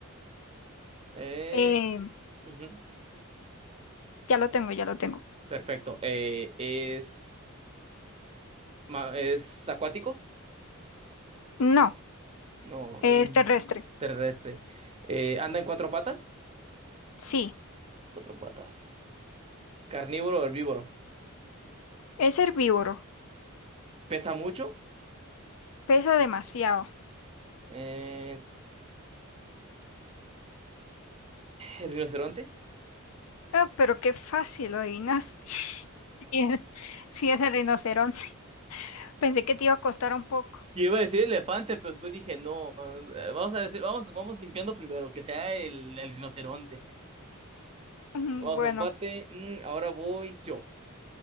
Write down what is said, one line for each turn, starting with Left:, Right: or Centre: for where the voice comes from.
Right: Eh,
Left: Eh,
Right: ujú.
Left: ya lo tengo, ya lo tengo.
Right: Perfecto. Eh, es. ma- es acuático,
Left: No,
Right: no,
Left: es
Right: un
Left: terrestre.
Right: terrestre. Eh, anda en cuatro patas,
Left: Sí,
Right: cuatro patas. Carnívoro o herbívoro.
Left: es herbívoro.
Right: Pesa mucho.
Left: Pesa demasiado.
Right: Eh, el rinoceronte.
Left: Ah, pero qué fácil lo adivinaste. <laughs> Sí, es sí es el rinoceronte. <laughs> Pensé que te iba a costar un poco.
Right: Yo iba a decir elefante, pero después dije no. eh, Vamos a decir, vamos, vamos limpiando primero, que sea el, el rinoceronte.
Left: Mm,
Right: Vamos,
Left: Bueno,
Right: empate. Mm, ahora voy yo.